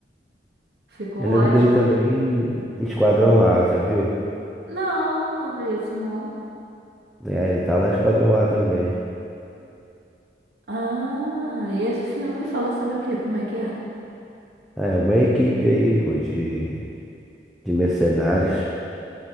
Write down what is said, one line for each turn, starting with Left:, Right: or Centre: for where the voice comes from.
Right: Ficou
Centre: Eu lembro
Right: ótimo.
Centre: dele também em Esquadrão A, já viu?
Right: Não, não vi esse não.
Centre: É, ele tá lá em Esquadrão A também.
Right: Ah, e esse filme fala sobre o quê? Como é que é?
Centre: Ah, É uma equipe aí, pô, de, de mercenários